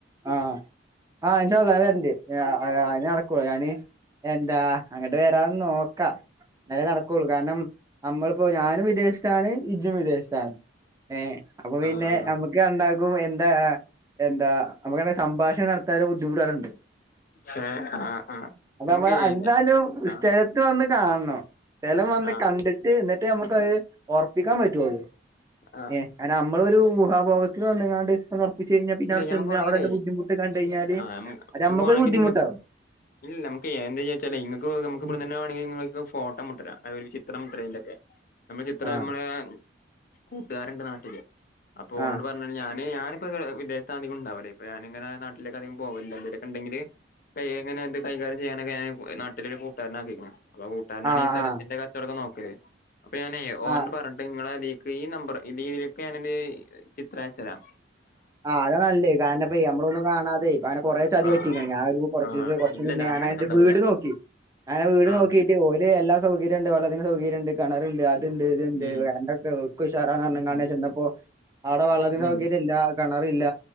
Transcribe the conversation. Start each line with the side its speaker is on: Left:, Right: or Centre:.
Right: ആഹ ആഹ് ചോല്ല വരണ്ടേ അന് നടക്കളൂ ഞാന് എന്താ അങ്ങട്ട് വരാന്ന് നോക്കാം എന്നാല നട ൂ കാരണം നമ്മളിപ്പോ ഞാനും വിദേശത്താണ് ഇജും വിദേശ ഏ അപ്പൊ പിന്നെ
Left: ആഹ് ആഹ്
Right: നമുക്ക് ഉണ്ടാക്കും എന്താ എന്താ നമുക്കങ്ങെ സംാഷണം നടത്താുള്ള ബുദ്ധിമുട്ടാറണ്ട്
Left: ഏ ആ ആ
Right: അപ്പമ്മ
Left: നമുക്ക് ചെയ്യാല്ലേ
Right: എന്താലും
Left: ആ
Right: സ്ഥലത്ത് വന്ന് കാണോ സ്ഥലം വന്ന്
Left: ആ
Right: കണ്ടിട്ട് എന്നിട്ട് നമ്മുക്ക്ത് ഉറപ്പിക്കാൻ പറ്റുവുള്ളൂ
Left: ആ
Right: ഏ കാരണം നമ്മള ഒരു ഊാഭോോഗത്തിൽ വന്നങ്ങാണ്ട് ഇ നിർപ്പിച്ചച്ച് കഴിഞ്ഞാൽ പിന്നെ
Left: ഇല്ല
Right: അവിടെ
Left: ഞമ്മക്ക്
Right: ചെന്ന്
Left: വേണെങ്കിലേ
Right: അവിടെ ബുദ്ധിമുട്ട് കഴിഞ്ഞാല്
Left: ആ
Right: അത്
Left: നമുക്ക്
Right: നമ്മുക്ക
Left: വേണെങ്കിൽ
Right: ഒരു ബുദ്ധിുട്ടാവും
Left: ഇങ്ങ ഇല്ല നമുക്ക് എന്താച്ചാ ഇങ്ങക്ക് നുക്ക് ഇവിടെന്നെ
Right: ഉം
Left: വേണെങ്കിൽ നിങ്ങൾക്ക് ഫോട്ടോ മുട്ടരാം അതുോല ചിത്രം ട്രെയിൻറ ഒക്കെ നമ്മുടെ ചിത്രം
Right: ആഹ്
Left: നമ്മുടെ കൂട്ടുകാരണ്ട് നാട്ടില് അപ്പൊ ഓളോട്
Right: ആഹ്
Left: പറഞ്ഞ ഞാന് ഞാനിപ്പോ വിദേശത്ത് അധികം ഉണ്ടാവല്ല അപ്പ ഞാനിങ്ങനെ നാട്ടില് - അധിക പോകില്ല എന്തൊക്കെ ഉണ്ടെങ്കിൽ അങ്ങനെ എന്ത് കൈകാര്യം ചെയ്യാനൊക്കെ നാട്ടിലരു കൂട്ടുകാരന ആക്കിയെക്കുന്നു അപ്പൊ കൂട്ടാരനാണ്
Right: ആഹ്
Left: ഈ സ്ഥലത്തിന്റെ
Right: ആഹ്
Left: കച്ചവടം നോക്കിയല് അപ്പൊ ഞാൻ ഓ
Right: ആഹ്
Left: പറഞ്ഞിട്ട് നിങ്ങള- ഈ നമ്പർ രീതിയിലൊക്കെ ഞാനൊരു ചിത്രം അച്ചരാം
Right: ആ അത നല്ല കാരണംപ്പേ നമ്മളൊന്നും കാണാതെ ഇപ്പ കുറ ചതി
Left: ആ
Right: പറ്റിയിക്ക ഞാൻ കുറച്ച്
Left: ആ
Right: ദിവസം കുറച്ച്
Left: ഇല്ലല്ല
Right: മുന്നെ ഞാൻ
Left: അങ്ങനൊന്നും ഉണ്ടാവൂല
Right: - വീട് നോക്കി അങ്ങന വീട്
Left: ആ
Right: നോക്കിട്ട് ഓല് എല്ലാ സൗകര്യം ഇണ്ട് വെള്ളത്തിന് സൗകര്യം ഇണ്ട് കെണറിൻഡ് അ ഇണ്ട് ഇത്ണ്ട്
Left: ഉം
Right: <unintelligible> ക്ക്‌ ഉഷാറാന്ന്
Left: ഉം
Right: <inaudible> ചെന്നപ്പോ ആടെ വള്ളത്തിന്
Left: ഉം
Right: സൗകര്യ ഇല്ല കെണറില്ല